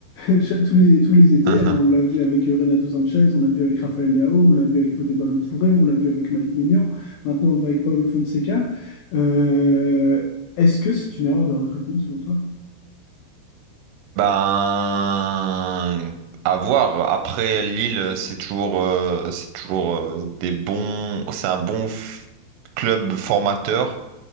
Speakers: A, on the left; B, on the right.
A: euh, <laughs> Tous les, tous les étés,
B: <laughs>
A: hein, on l'a vu avec euh, Renato Sanchez, on l'a vu avec Raphaël Leao, on l'a vu avec Fodé Ballo-Touré, on l'a vu avec Mike Maignan, maintenant on le voit avec Paolo Fonseca. Euh, est-ce que c'est une erreur de recrutement selon toi?
B: Ben, à voir. Après Lille, c'est toujours, euh, c'est toujours euh, des bons, c'est un bon f- club formateur.